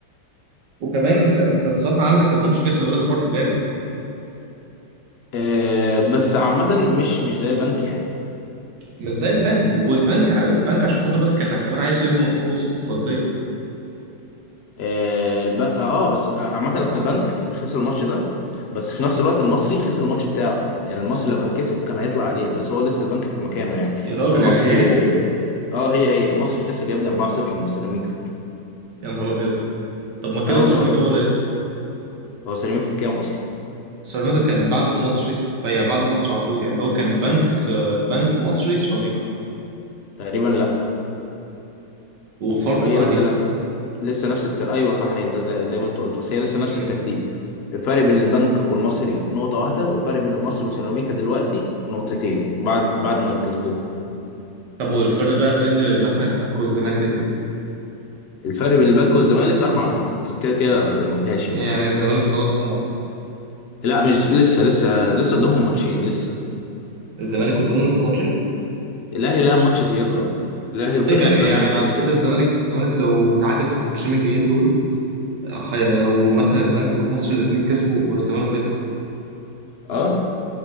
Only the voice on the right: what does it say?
وكمان انت انت الصراحه عندك الماتش جه خلي بالك فاركو جامد
مش زي البنك والبنك ع- البنك عشان خاطر بس كان كمان عايز يضمن ان هو يوصل الكونفدراليه
يا راجل
يعني هي هي
يا نهار ابيض طب ما كده
سيراميكا
هو اللي هيدخل
سيراميكا كان بعد المصري يعني بعد المصري على طول يعني هو كان بنك س... بنك مصري سيراميكا
وفاركو
بعديهم
مم.
طب والفرق بقى بين مثلا البنك والزمالك قد ايه؟
يعني الزمالك خلاص ضمن
الزمالك قدامه لسه ماتشين
طيب يعني يعني
معنى كده
الزمالك الزمالك لو تعادل في الماتشين الجايين دول آه، هي- ومثلا البنك والمصري الاثنين كسبوا والزمالك يطلع